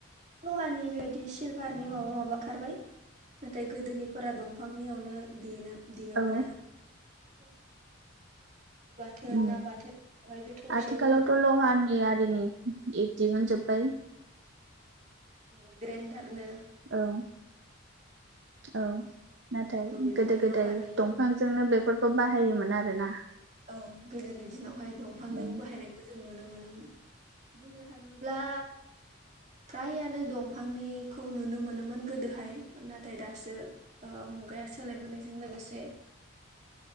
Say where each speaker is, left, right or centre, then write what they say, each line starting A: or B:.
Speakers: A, on the right (about 35°); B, on the right (about 55°).
A: लहानि बेबायदि सिलभारनि माबा माबा ओंखारबाय। नाथाय गोदोनिफोरा दंफांनियावनो देनो दयोमोन
B: औ
A: आरो। बाथोन
B: उम
A: ना बाथोन ओमाय बे थफसियावनो
B: आथिखालावथ' लहानि आरिनि बिब्दि दिहुनजोबबाय।
A: औ ग्रेन्दारनो
B: औ औ नाथाय
A: बिदिनो
B: गोदो गोदाय
A: लहानि
B: दंफांजोंनो बे बेफोरखौ बाहायोमोन आरो ना।
A: औ गोदोनि दिनावहाय दंफांजों
B: औ
A: बाहायनायखौ जों नुनो मोनोमोन बुंनो थाङोब्ला फ्रायानो दंफांनिखौ नुनो मोनोमोन गोदोहाय नाथाय दासो मुगाया सोलायबोनायजों लोगोसे